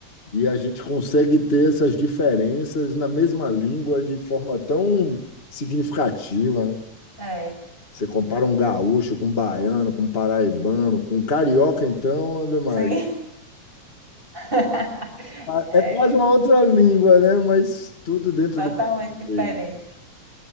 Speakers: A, on the left; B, on the right.
A: e a gente consegue ter essas diferenças na mesma língua de forma tão significativa, né?
B: É,
A: Você compara um gaúcho com um baiano, com um paraibano, com um carioca, então, Ave Maria.
B: sim. <laughs>
A: Ah,
B: É
A: É quase uma outra língua, né? Mas tudo dentro
B: totalmente
A: do. português.
B: diferente.